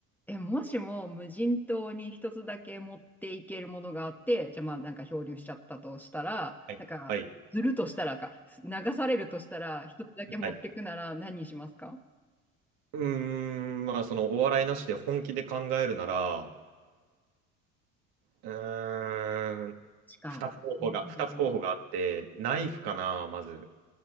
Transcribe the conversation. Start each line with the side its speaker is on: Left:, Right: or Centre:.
Centre: え、もしも無人島に一つだけ持っていけるものがあって、じゃあまあなんか漂流しちゃったとしたら、
Right: はい。
Centre: なんか、
Right: はい。
Centre: ずるとしたらか、流されるとしたら、一つだけ持ってくなら何にしますか
Right: はい。うーん、まあ、その、お笑いなしで本気で考えるなら、うーん、
Centre: しか。
Right: 二つ候補が、
Centre: うん
Right: 二つ候補があって、ナイフかな、まず。